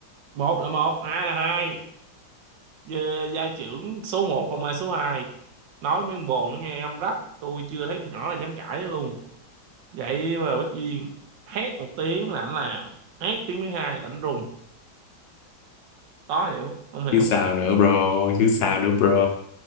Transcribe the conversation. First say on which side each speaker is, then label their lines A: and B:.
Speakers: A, on the right (about 70°); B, on the left (about 70°).
A: một là một hai là hai Gia gia trưởng số một không ai số hai Nói mấy con bồ nó nghe răm rắp Tôi chưa thấy con nhỏ là dám cãi luôn Vậy mà Bích Duyên Hét một tiếng là anh làm Hét tiếng thứ hai là anh rùng Khó hiểu không hiểu
B: chứ sao nữa bro chứ sao nữa bro